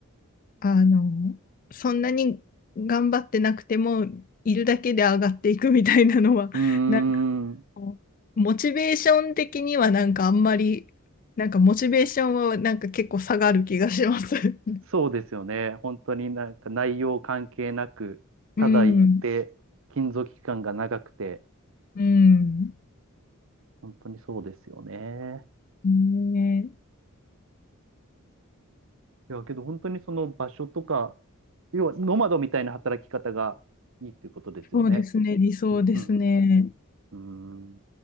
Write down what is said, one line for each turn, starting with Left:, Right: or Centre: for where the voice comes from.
Left: あの、そんなに頑張ってなくても、いるだけで上がっていくみたいなのは、<laughs>
Right: ーん。
Left: なんかこう、モチベーション的にはなんかあんまり、なんかモチベーションはなんか結構下がる気がします。<laughs>
Right: そうですよね。本当になんか内容関係なく、ただ言って、
Left: うん、
Right: 勤続期間が長くて、
Left: うん、
Right: 本当にそうですよね。
Left: ねえ、
Right: いや、けど本当にその場所とか、要はノマドみたいな働き方がいいっていうことですよね。
Left: そうですね、理想ですね。
Right: うんうんうんうんう